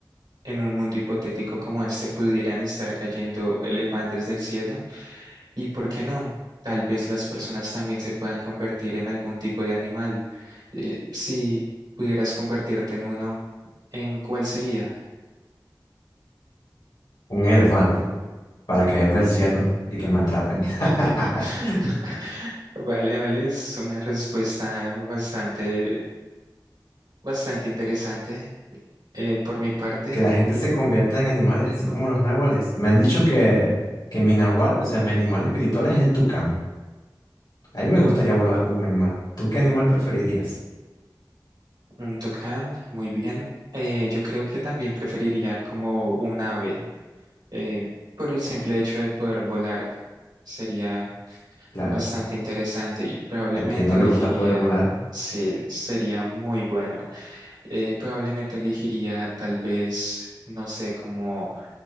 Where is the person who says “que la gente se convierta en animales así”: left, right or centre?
Left